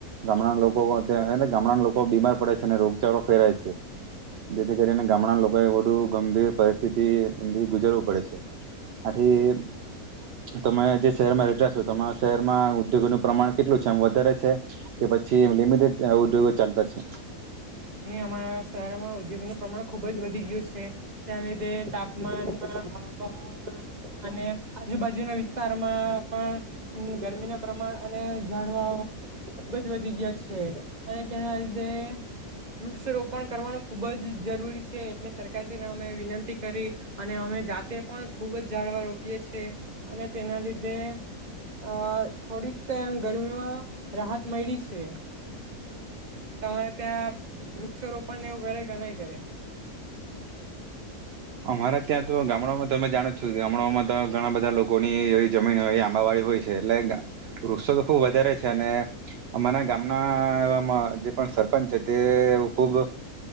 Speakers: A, on the right (about 65°); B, on the right (about 30°).
A: ગામડા લોકો ત્યા એ ગામડાના લોકો બીમાર પડે છે અને રોગચાળો ફેરાય છે, જેથી કરીને ગામડાના લોકોએ વધુ ગંભીર પરિસ્થિતિથી ગુજરવું પડે છે, આથી તમે જે શહેરમાં રહેતા છો તમા શહેરમાં ઉદ્યોગનું પ્રમાણ કેટલું છે એમ વધારે છે, કે પછી એ લિમિટેડ ઉદ્યોગો ચાલતા છે?
B: અમારા શહેરમાં ઉદ્યોગ નું પ્રમાણ ખુબ જ વધી ગયું છે, તેના લીધે તાપમાનમાં આહવામાં, અને આજુબાજુના વિસ્તારમાં પણ, ગરમી ના પ્રમાણ અને જાડવાઓ ખુબ જ વધી ગયા છે, અને તેના લીધે વૃક્ષ રોપણ કરવાનું ખૂબ જ જરૂરી છે એટલે સરકારશ્રીને અમે વિનંતી, કરી અને અમે જાતે પણ ખૂબ જ જાળવા રોપીએ છે, છેએ અને તેના લીધે અ થોડીક એમ ગરમીમાં રાહત મળી છે. તમારે ત્યાં વૃક્ષ રોપણને એવું કરે કે નહી કરે?
A: અમારા ત્યાં તો ગામ ગામડામાં તમે જાણો છો ગામડામાં તો ઘણા બધા લોકોની એ જમીન હોય એ આંબાવાળી હોય છે એટલે, વૃક્ષો તો ખુબ વધારે છે અને, અમારા ગામના જે પણ સરપંચ છે તે ખુબ,